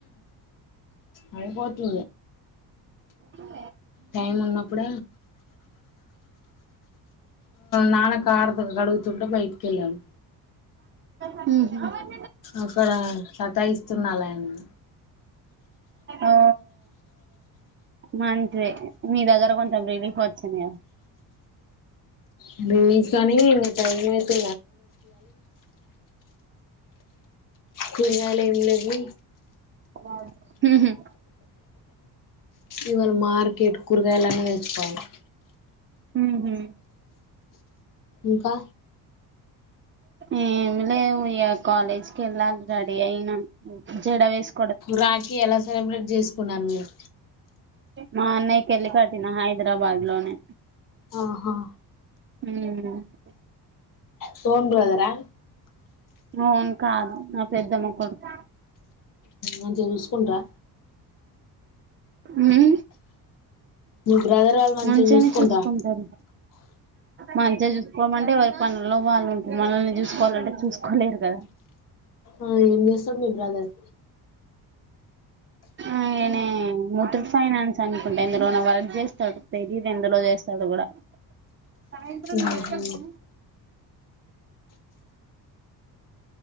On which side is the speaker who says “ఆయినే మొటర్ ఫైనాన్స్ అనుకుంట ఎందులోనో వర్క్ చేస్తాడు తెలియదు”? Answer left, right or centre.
Right